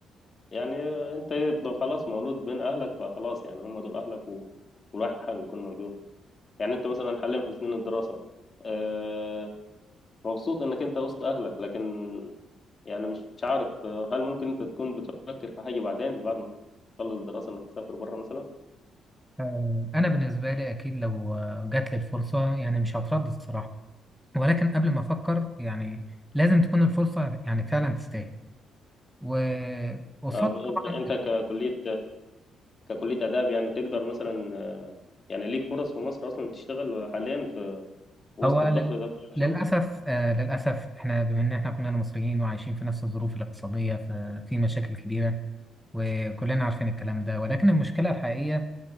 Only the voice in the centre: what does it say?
آه، أنا بالنسبة لي أكيد لو آه، جات لي الفرصة يعني مش هتردد الصراحة ولكن قبل ما أفكر يعني لازم تكون الفرصة يعني فعلا تستاهل وقصاد
طبعا
هو
لل-
للاسف آه للاسف احنا بما ان احنا كلنا مصريين وعايشين في نفس الظروف الاقتصاديه ففي مشاكل كبيره وكلنا عارفين الكلام ده ولكن المشكله الحقيقيه